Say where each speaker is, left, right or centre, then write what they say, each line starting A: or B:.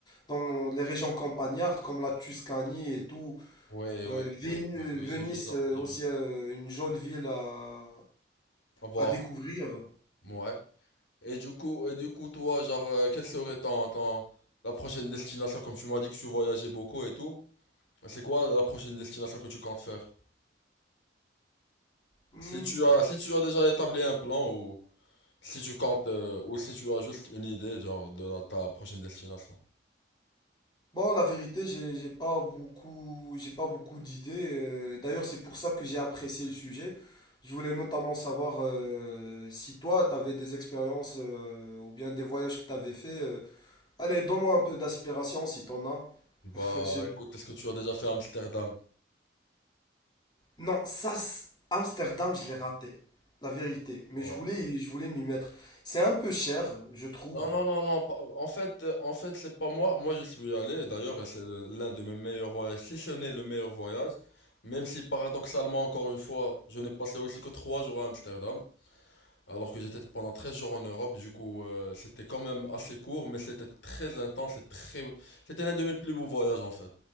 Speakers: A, on the left; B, on the left.
A: dans les régions campagnardes comme la Tuscanie et tout.
B: Ouais
A: Euh,
B: ouais
A: Vén-
B: ouais
A: euh,
B: ouais ouais
A: Venise,
B: j'ai vu ça
A: euh,
B: j'ai
A: aussi
B: vu ça.
A: euh, une jolie ville à,
B: Au revoir.
A: à découvrir.
B: Ouais. Et du coup, et du coup, toi, genre, euh, quelle serait ton, ton- la prochaine destination? Comme tu m'as dit que tu voyageais beaucoup et tout, c'est quoi la, la prochaine destination que tu comptes faire?
A: Hmm,
B: Si tu as, si tu as déjà établi un plan ou si tu comptes, euh, ou si tu as juste une idée, genre, de la- ta prochaine destination.
A: Bon, la vérité, j'ai j'ai pas beaucoup, j'ai pas beaucoup d'idées. euh, D'ailleurs, c'est pour ça que j'ai apprécié le sujet. Je voulais notamment savoir euh, si toi, tu avais des expériences euh, ou bien des voyages que tu avais fait. euh. Allez, donne-moi un peu d'aspiration si t'en as.
B: Bah,
A: <laughs> J'ai-
B: écoute, est-ce que tu as déjà fait Amsterdam?
A: Non, ça, c'est- Amsterdam, je l'ai raté. La vérité. Mais
B: Ouais.
A: je voulais, je voulais m'y mettre. C'est un peu cher, je trouve.
B: Non, non, non, non. pas- En fait, euh, en fait, c'est pas moi. Moi, je suis allé, d'ailleurs, et c'est l'un de mes meilleurs voyages, si ce n'est le meilleur voyage. Même si, paradoxalement, encore une fois, je n'ai passé aussi que trois jours à Amsterdam, alors que j'étais pendant 13 jours en Europe. Du coup, euh, c'était quand même assez court, mais c'était très intense et très... C'était l'un de mes plus beaux voyages, en fait.